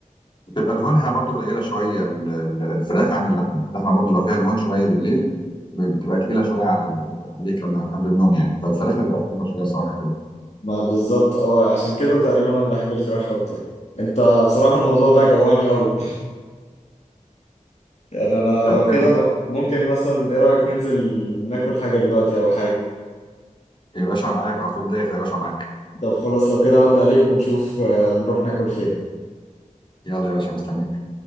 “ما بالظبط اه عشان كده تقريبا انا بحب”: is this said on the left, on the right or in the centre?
Left